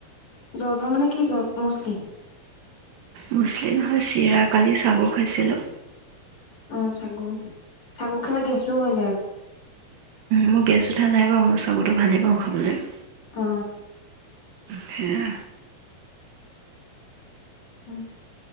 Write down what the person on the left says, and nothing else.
জলপান মানে কি জলপ মুছ্লি?
অ চাগো। চাগু খালে গেছ <unintelligible>
অ।
উম।